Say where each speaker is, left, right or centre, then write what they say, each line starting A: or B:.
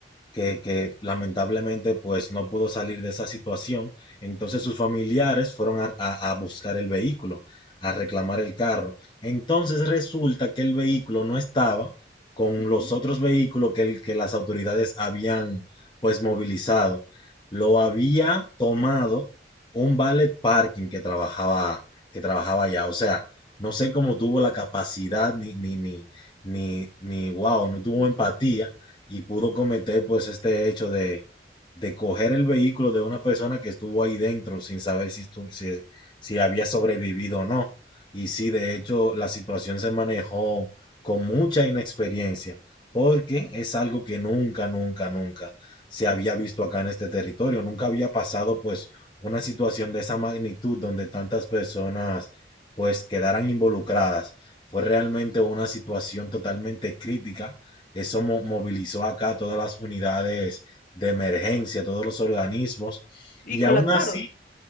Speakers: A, on the left (about 25°); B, on the left (about 45°).
A: que, que lamentablemente pues no pudo salir de esa situación. Entonces sus familiares fueron a, a- a buscar el vehículo, a reclamar el carro. Entonces resulta que el vehículo no estaba con
B: Ujú.
A: los otros vehículos que, el- que las autoridades habían pues movilizado. Lo había tomado un valet parking que trabajaba, que trabajaba allá. O sea, no sé cómo tuvo la capacidad ni, ni, ni, ni, ni, wow, no tuvo empatía y pudo cometer pues este hecho de, de coger el vehículo de una persona que estuvo ahí dentro sin saber si, estu- si, si había sobrevivido o no. Y sí, de hecho, la situación se manejó con mucha inexperiencia, porque es algo que nunca, nunca, nunca se había visto acá en este territorio. Nunca había pasado pues una situación de esa magnitud donde tantas personas pues quedaran involucradas. Fue realmente una situación totalmente crítica eso mo- movilizó acá todas las unidades de emergencia, todos los organismos.
B: Y
A: Y
B: colapsaron.
A: aún así,